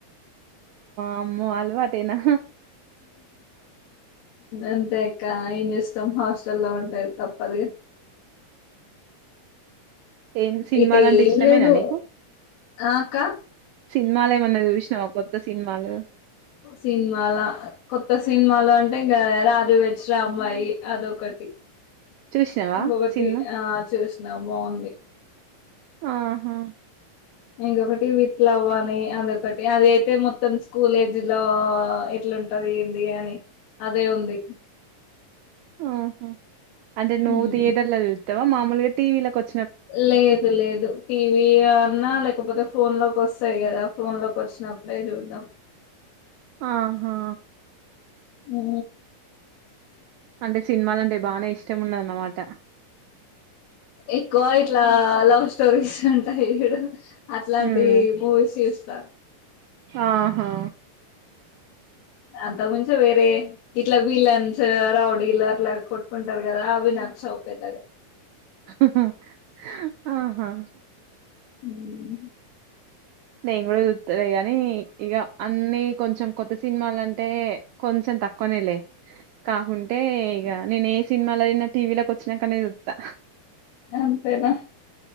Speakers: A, on the right (about 80°); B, on the left (about 85°).
A: అమ్మో అలవాటనా
B: అంతా అకా ఇస్ ఇష్టం హాస్టల్ల్లో ఉంటాయి తప్పరి
A: ఏం సినిమాలంటే
B: అయితే ఏం
A: ఇష్టమేనా
B: లేదు
A: నీకు
B: ఆ అక్క
A: సినిమాలు ఏమన్నా చూసినావా కొత్త సినిమాలు
B: సినిమాల కొత్త సినిమాలో అంటే రాజు వెజ రాంబాయి అదొకటి
A: చూసినావా
B: ఇంకొకటి
A: సినిమా
B: ఆ చూసినా బాగుంది
A: ఆహా
B: ఇంకొకటి విత్ లవ్ అని అదొకటి అది అయితే మొత్తం స్కూల్ ఏజ్ లో అట్లుంటది ఏంది అని అదే ఉంది
A: ఆహా అంటే నువ్వు
B: ఉమ్.
A: థియేటర్ల వెళ్తావా మామూలుగా టీవీలో వ
B: లేదు లేదు టీవీ అన్నా లే కాకపోతే ఫోన్ లో వస్తాయి కదా ఫోన్ లోకి వచ్చినప్పుడే చూడ్డంం
A: ఆహా
B: ఉ
A: అంటే సినిమాలంటే బాగానే ఇష్టం ఉన్నదన్నమాట
B: ఎక్కువ ఇట్లా లవ్ స్టోరీస్ ఉంటాయి ఇడ అట్లాంటివి
A: ఉమ్.
B: మూవీస్ చూస్తా
A: ఆహా
B: అంతముంచే వేరే ఇట్లా విలన్స్ రౌడీలు అట్లా కొట్టుకుంటారు గదా అవి నచ్చవ్ పెద్దగా
A: హా హా ఆహా
B: ఉమ్
A: నే గూడా చూతలే గానీ ఇగ అన్నీ కొంచెం కొత్త సినిమాలంటే కొంచెం తక్కువనే లే కాకుంటే ఇగ నేను సినిమాలైన టీవిలకి వచ్చినంకనే చూత్తా
B: అంతేనా